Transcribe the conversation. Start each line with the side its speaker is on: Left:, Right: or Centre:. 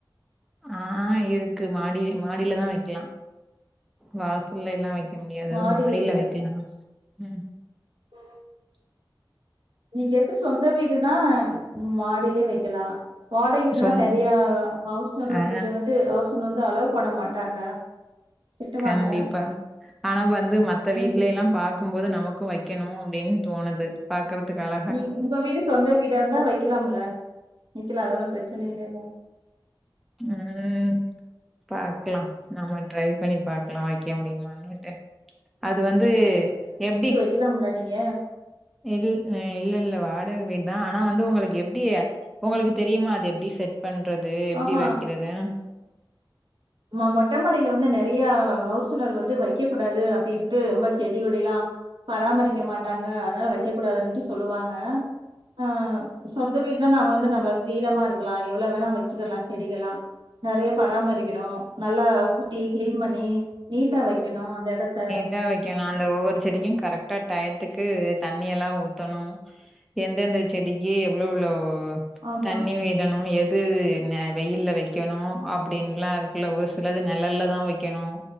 Centre: ஆ இருக்கு மாடி மாடியில தா வெக்கிலா வாசல்ல எல்லா வெக் க முடியாது
Right: மாடிலீங்களா?
Centre: மாடியில வெக்கலா ம்
Right: <unintelligible> நீங்க இருக்க சொந்த வீடுனா மாடியிலே வெக்கலா வாடகை வீடுன்னா
Centre: சொந்
Right: நெறைய ஹவுஸ் ஓனர்
Centre: ஆ
Right: வீடு வந்து ஹவுஸ் ஓனர் வந்து‌ அலோ பண்ண மாட்டாங்க திட்டுவாங்க.
Centre: கண்டிப்பா ஆனா வந்து மத்த வீட்ல
Right: நீங்க
Centre: எல்லா பாக் கும்போது நமக்கு வெய்க்கணு அப்டின் தோணுது பாக்கறதுக்கு அழ
Right: நீ உங்க வீடு சொந்த வீடா இருந்தா வெய்க்கலாம் இல்ல வெக்கலா அதொன்னு பிரச்சன இல்லேல
Centre: ம் பாக்கலா நம்ம ட்ரை பண்ணி பாக்கலா வெய்க்க முடியுமானுட்டு அது வந்து எப்டி
Right: க்கிலாம்ல்ல நீங்க
Centre: இது இ இல்லல்ல வாடக வீட் தா ஆனா வந்து உங்களுக்கு எப்டி உங்களுக்கு தெரியுமா அது எப்டி செட் பண்றது எப்டி
Right: ஆமா.
Centre: வெக்கிறது
Right: மொ மொட்ட மாடில வந்து நெறைய ஹவுஸ் ஒனர் வந்து வைக்க கூடாது அப்டின்ட்டு ரொம்ப செடி கொடிலாம் பராமரிக்க மாட்டாங்க அதனால வைக்க கூடாதுனு சொல்லுவாங்க ஆ சொந்த வீடுனா நாம வந்து நம்ம ஃரீடமா இருக்கலாம் எவ்வளவு வேணா வச்ச வச்சுக்கறலாம் செடிகல்லாம் நிறைய பராமரிக்கணும் நல்லா கூட்டி கிளீன் பண்ணி நீட்டா வைக்கணும் அந்த எடத்த
Centre: ட்டா வைக்கணும் அந்த ஒவ்வொரு செடிக்கும் கரெக்டா டயத்துக்கு தண்ணிய எல்லாம் ஊத்தணும் எந்தெந்த செடிக்கு எவ்ளோ எவ்ளோ
Right: ஆமா,
Centre: தண்ணி விடணும் எது நே வெயில்ல வெக்கணு அப்டின்னுலா இருக்குல ஒரு சிலது நிழல்ல தான் வைக்கணு